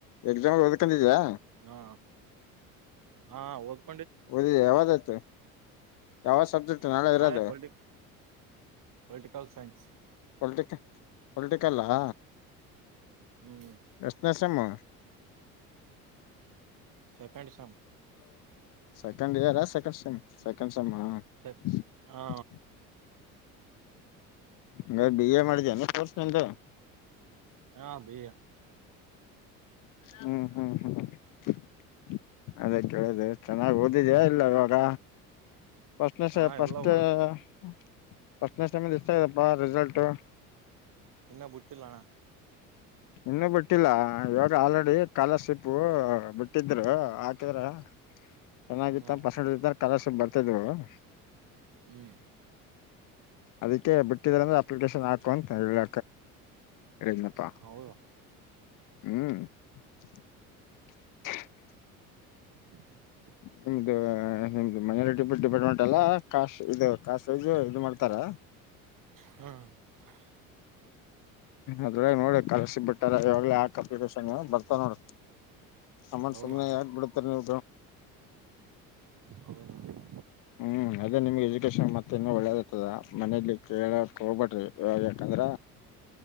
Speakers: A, on the left (about 50°); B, on the right (about 45°).
A: ಎಕ್ಸಾಮ್ ಹ ಂದಿದಾ
B: ಹಾ ಹಾ ಹದ
A: ಓದಿದೆ ಯಾವಾಗಾಯ್ತು ಯಾವ ಸಬ್ಜೆಕ್ಟ್ ನಳ ಇರೋದು
B: ನಾಳೆ ಪೊಲಿಟಿ ಪೊಲಿಟಿಕಲ್ ಸೈನ್ಸ್
A: ಪಲ್ಟಿಕಲ್ ಪೊಲ್ಟಿಕಲ್ಲಾ
B: ಹ್ಮ್
A: ಎಷ್ಣೇಶಮ್ಮ
B: ಸರ್ಕಂಡಿಸಾಮ <unintelligible>
A: ಸೆಕಂಡ್ ಇರ್ ಸೆಕ್ೆ್ <inaudible>
B: ಸರಿ ಹಾ
A: ನ ಬಿ ಎ ಮಾಡಿದನು ಕೋರ್ಸ್ಂತ
B: ಹಾ ಬಿ ಎ
A: ಹ್ಮ ಹಾ ಹ್ಮ <unintelligible> ಅದೇ ಕೇಳಿದೆ ಚೆನ್ನಾಗ್ ಓದಿದ ಇಲ್ಲ ಇವಾಗ ಸ್ನೆ
B: ಹಾ
A: ಫಸ್ಟ್
B: ಎಲ್ಲಾ ಹುಡುಕ್
A: <unintelligible> ಸ್ನ ಸಮ ಇಷ್ಟತ ಇದದಪ್ಪ ರಿಸಲ್ಟ್ <unintelligible>
B: ಇನ್ನ ಬುಟ್ಟಲ್ಲಾನ
A: ಇನ್ನುೂ ಬಿಟ್ಟಿಲ್ಲ ಇವಾಗ ಆಲ್ರೆಡಿ ಕಕಾಲರ್ಶಿಪ್ ಬಿಟ್ಟಿದ್ರು ಹಾಕಿದ್ರ ಚೆನ್ನಾಗಿತ್ತ
B: ಹ್ಮ್
A: ಪಸಾಡ ತರಸ ಬ <inaudible> ಇತ <unintelligible> <inaudible>
B: ಹ್ಮ್
A: ಅದಕ್ಕೆ ಬಿಟ್ಟರ್ರೆ ಅಪ್ಲಿಕೇಶನ್ ಹಾಕು ಅಂತ ಹೇಳ ಎನಪ್ಪಾ
B: ಹೌದಾ
A: ಹ್ಮ್ <unintelligible> <inaudible>
B: <inaudible>
A: ನಿಮ್ದು ನಿಮ್ದು ಮೈನಾರಿಟಿ ಡಿಪಾರ್ಟ್ಮೆಂಟ್ ಎಲ್ಲ ಕಾಸ್ ಇದು ಕಾಸೇಜ್ ಇದು ಮಾಡ್ತಾರ
B: ಹ್ಮ್
A: ಅದ್ರಾಗ ನೋಡಿ ಕಲ್ಸಿ ಬಿಟ್ಟಾರ ಇವಾಗ್ಲ ಯಾಕ್ ಅಪ್ಲಿಕೇಶನ್ ಬರ್ತ ನೋಡಿ ಆಮ್ಮತ್
B: ಹೌದಾ
A: ಸುಮ್ನೆ ಯಾಕ ಬಿಡುತ್ತಾರೆ ನೀ್
B: ಹೌದೌದು
A: ಹ್ಮ್ ಅದೇ ನಿಮ್ಗೆ ಎಜುಕೇಶನ್ ಮತ್ತೆ ಇನ್ನು ಒಳ್ಳೇದಾಗ್ತದ ಮನೇಲಿ ಕೇಳೋ ಹೋಗ್ಬೇಡ್ರಿ ಯಾಕಂದ್ರ